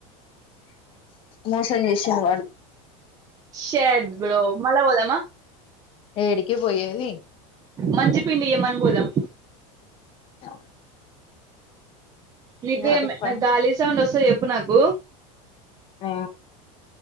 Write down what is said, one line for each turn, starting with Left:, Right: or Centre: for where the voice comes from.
Left: మోసం చేసిండు వాడు
Right: శెడ్ బ్రో మళ్ళ పోదామా
Left: ఏడికి పోయేది
Right: మంచి పిండి ఇయ్యమనీ పోదాం
Left: అ
Right: నీకు
Left: వాటికి
Right: ఏమినా
Left: పని
Right: గాలి సౌండ్ వస్తె చెప్పు నాకు
Left: ఆ